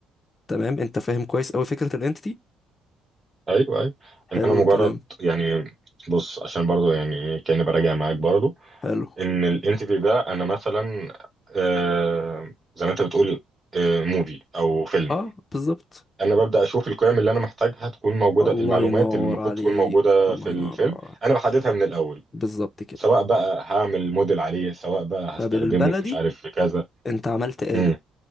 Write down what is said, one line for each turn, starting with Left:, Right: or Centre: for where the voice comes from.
Left: تمام انت فاهم كويس اوي فكرة الانتيتي
Right: ايوه ايوه
Left: حلو
Right: ان انا مجرد
Left: الكلام
Right: يعني بص عشان برضو يعني إيه، كاني براجع معاك برضو
Left: حلو
Right: ان الانتيتي ده انا مثلا آه زي ما انت بتقول آه موفي او فيلم
Left: اه بالظبط
Right: انا ببدا اشوف القيم اللي انا محتاجها تكون موجوده
Left: الله
Right: المعلومات
Left: ينور
Right: اللي المفروض
Left: عليك
Right: تكون موجوده
Left: الله
Right: في
Left: ينور
Right: الفيلم
Left: عليك
Right: انا بحددها من الاول
Left: بالظبط كده
Right: سواء بقى هعمل موديل عليه سواء بقى هستخدمه
Left: فبالبلدي
Right: في مش عارف في كذا
Left: انت عملت قالب
Right: امم